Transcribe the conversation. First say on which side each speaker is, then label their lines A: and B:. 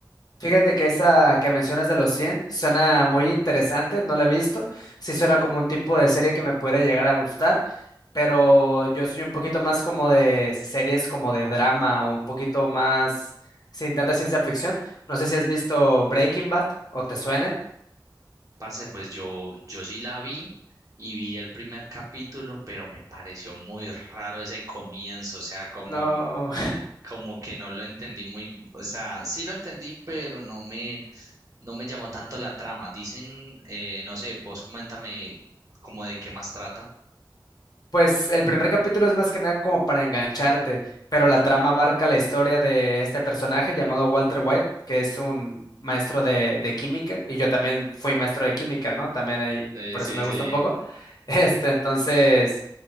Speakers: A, on the left (about 50°); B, on the right (about 45°).
A: Fíjate que esa que mencionas de los 100 suena muy interesante, no la he visto. Sí suena como un tipo de serie que me pudiera llegar a gustar. pero yo soy un poquito más como de series como de drama o un poquito más sin tanta ciencia ficción. No sé si has visto Breaking Bad o te suene.
B: Parce, pues yo, yo sí la vi y vi el primer capítulo, pero me pareció muy raro ese comienzo, o sea, como,
A: No.
B: como que no lo entendí muy, o sea, sí lo entendí, pero no me, no me llamó tanto la trama. Dicen, eh, no sé, vos coméntame como de qué más trata.
A: Pues el primer capítulo es más que nada como para engancharte, pero la trama abarca la historia de este personaje llamado Walter White, que es un maestro de, de química, y yo también fui maestro de química, ¿no? También ahí,
B: Sí,
A: por
B: sí,
A: eso me
B: sí.
A: gusta un poco. <laughs> Este, entonces,